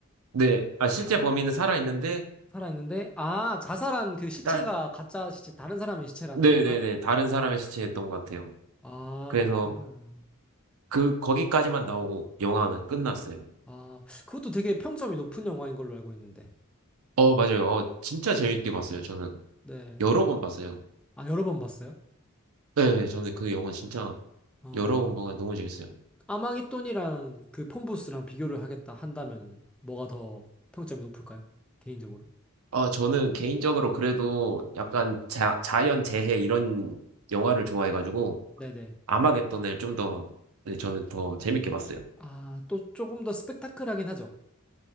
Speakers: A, on the right (about 75°); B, in the centre.
A: 네. 아 실제
B: 아,
A: 범인은 살아 있는데
B: 살아있는데, 아, 자살한 그 시체가
A: 딸
B: 가짜 시체, 다른 사람의 시체라는
A: 네,
B: 거구나.
A: 네, 네. 다른 사람의 시체였던 것 같아요.
B: 아,
A: 그래서
B: 그렇구나.
A: 그 거기까지만 나오고 영화는 끝났어요.
B: 아, 그것도 되게 평점이 높은 영화인 걸로 알고 있는데.
A: 어, 맞아요. 어, 진짜 재밌게 봤어요. 저는
B: 네.
A: 여러 번 봤어요.
B: 아, 여러 번 봤어요?
A: 네, 저는 그 영화 진짜
B: 어,
A: 여러 번 보고 너무 재밌어요.
B: 아마겟돈이랑 그 폰부스랑 비교를 하겠다 한다면은 뭐가 더 평점이 높을까요? 개인적으로.
A: 아, 저는 개인적으로 그래도 약간 자, 자연 재해 이런 영화를 좋아해가지고
B: 네네.
A: 아마겟돈을 좀 더, 네, 저는 더 재밌게 봤어요.
B: 아, 또 조금 더 스펙타클하긴 하죠.